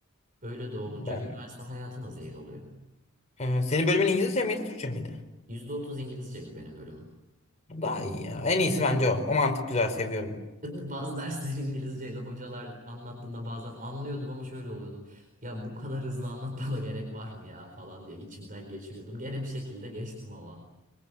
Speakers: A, on the right; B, on the left.
A: Öyle de olunca
B: Ben.
A: üniversite hayatına zehir oluyor.
B: Ee, senin bölümün İngilizce miydi, Türkçe miydi?
A: %30 İngilizceydi benim bölümüm.
B: Daha iyi ya. En iyisi bence o. O mantık güzel seviyorum.
A: <laughs> Bazı dersler İngilizceydi. Hocalar anlattığında bazen anlıyordum ama şöyle oluyordum. Ya bu kadar hızlı anlatmana gerek var mı ya falan diye içimden geçiriyordum. Gene bir şekilde geçtim ama.